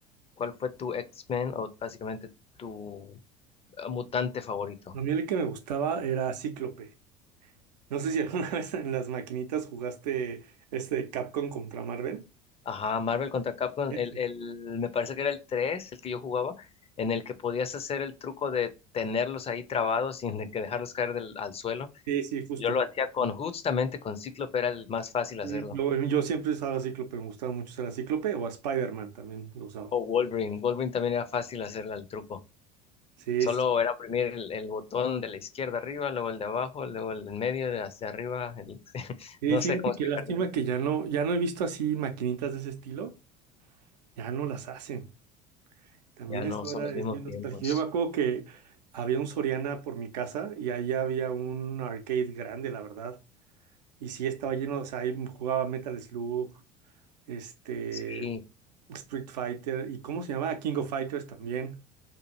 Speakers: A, on the left; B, on the right.
A: cuál fue tu X-Men o básicamente tu eh, mutante favorito?
B: A mí el que me gustaba era Cíclope. No sé si alguna <laughs> vez en las maquinitas jugaste este Capcom contra Marvel.
A: Ajá, Marvel contra Capcom,
B: Ese.
A: el, el, me parece que era el 3 el que yo jugaba, en el que podías hacer el truco de tenerlos ahí trabados <laughs> sin de que dejarlos caer del, al suelo.
B: Sí, sí, justo.
A: Yo lo hacía con justamente con Cíclope, era el más fácil hacerlo.
B: Sí, Yo, yo siempre usaba Cíclope, me gustaba mucho usar a Cíclope o a Spider-Man también lo usaba.
A: O Wolverine, Wolverine también era fácil hacerle al truco.
B: Sí,
A: Solo
B: sí.
A: era oprimir el, el botón de la izquierda arriba, luego el de abajo, luego el del medio, de hacia arriba. el- <laughs>
B: Y
A: No
B: fíjate
A: sé cómo explicarte.
B: qué lástima que ya no, ya no he visto así maquinitas de ese estilo, ya no las hacen. También
A: Ya no
B: esto
A: son
B: era,
A: los mismos
B: es bien
A: tiempos.
B: nostálgico. Yo me acuerdo que había un Soriana por mi casa y ahí había un arcade grande, la verdad. Y sí estaba lleno, o sea, ahí jugaba Metal Slug, este,
A: Sí,
B: Street Fighter y ¿cómo se llamaba King of Fighters también.